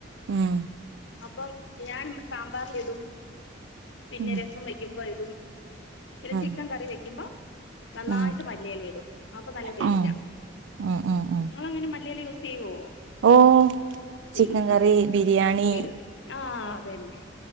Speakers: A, on the right; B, on the left.
A: ഉം
B: അപ്പം ഞാൻ സാമ്പാറിൽ ഇടും പിന്നെ
A: ഉം
B: രസം വെക്കുമ്പോൾ ഇടും. പിന്നെ
A: ഉം
B: ചിക്കൻ കറി വെക്കുമ്പോ. നന്നായിട്ട്
A: ഉം
B: മല്ലിയല ഇടും അപ്പൊ നല്ല ടേസ്റ്റ.
A: ഉം ഉം ഉം ഉം
B: നിങ്ങൾ എങ്ങനെ മല്ലിയല യൂസ് ചെയ്യോ
A: ഓ
B: ചെയ്യും.
A: ചിക്കൻ കറി
B: ആ
A: ബിരിയാണി
B: ചെയ്യും ആഹ് അതന്നെ.